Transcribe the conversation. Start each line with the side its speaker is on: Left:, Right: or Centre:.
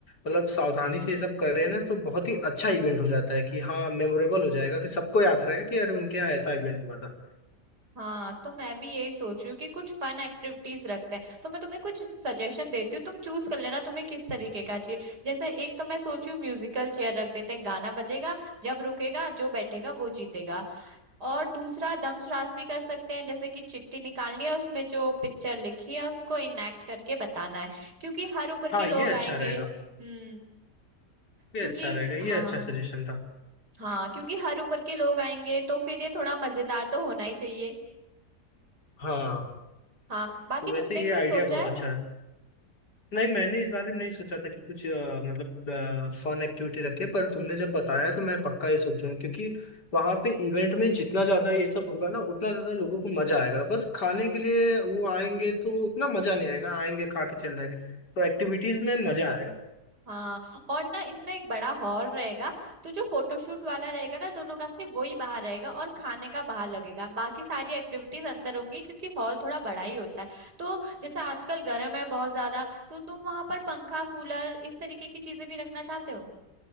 Left: मतलब सावधानी से ये सब कर रहे हैं ना तो बहुत ही अच्छा इवेंट हो जाता है कि हाँ मेमोरेबल हो जाएगा कि सबको याद रहेगा कि अरे उनके यहाँ ऐसा इवेंट हुआ था
Right: हाँ तो मैं भी यही सोच रही हूँ कि कुछ फन एक्टिविटीज रखते हैं तो मैं तुम्हें कुछ सजेशन देती हूँ तुम चूज कर लेना तुम्हें किस तरीके का चाहिए जैसे एक तो मैं सोच रही हूँ म्यूजिकल चेयर रख देते हैं गाना बजेगा जब रुकेगा जो बैठेगा वो जीतेगा और दूसरा दमश्रास भी कर सकते हैं जैसे कि चिट्ठी निकालनी है उसमें जो पिक्चर लिखी है उसको इनएक्ट करके बताना है क्योंकि हर उम्र
Left: हाँ
Right: के लोग
Left: ये
Right: आएंगे
Left: अच्छा रहेगा
Right: हम्म
Left: ये
Right: क्योंकि
Left: अच्छा रहेगा
Right: हाँ
Left: ये अच्छा सजेशन था
Right: हाँ क्योंकि हर उम्र के लोग आएंगे तो फिर ये थोड़ा मजेदार तो होना ही चाहिए
Left: हाँ
Right: हाँ बाकी
Left: तो वैसे
Right: तुमने
Left: ये
Right: कुछ
Left: आइडिया
Right: सोचा
Left: बहुत
Right: है
Left: अच्छा है नहीं मैंने इस बारे में नहीं सोचा था कि कुछ अ, मतलब फन एक्टिविटी रखे पर तुमने जब बताया तो मैं पक्का ये सोचूंगा क्योंकि वहां पे इवेंट में जितना ज्यादा ये सब होगा ना उतना ज्यादा लोगों को मजा आएगा बस खाने के लिए वो आएंगे तो उतना मजा नहीं आएगा आएंगे खा के चल जाएंगे तो एक्टिविटीज में मजा आएगा
Right: हाँ और ना इसमें एक बड़ा हॉल रहेगा तो जो फोटोशूट वाला रहेगा ना दोनों का सिर्फ वही बाहर रहेगा और खाने का बाहर लगेगा बाकी सारी एक्टिविटीज अंदर होंगी क्योंकि हॉल थोड़ा बड़ा ही होता है तो जैसे आजकल गर्म है बहुत ज्यादा तो तुम वहां पर पंखा कूलर इस तरीके की चीजें भी रखना चाहते हो